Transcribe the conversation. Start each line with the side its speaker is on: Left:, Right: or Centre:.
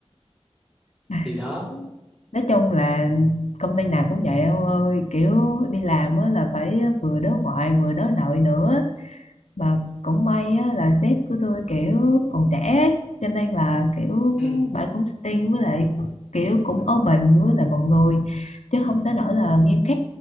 Left: Ai,
Centre: thì đó
Left: nói chung là công ty nào cũng vậy ông ơi kiểu đi làm á là phải vừa đối ngoại vừa đối nội nữa mà cũng may á, là sếp của tôi kiểu còn trẻ ấy. cho nên là kiểu
Centre: ừ.
Left: bà cũng sting với lại kiểu cũng open với lại mọi người chứ không tới nỗi là nghiêm khắc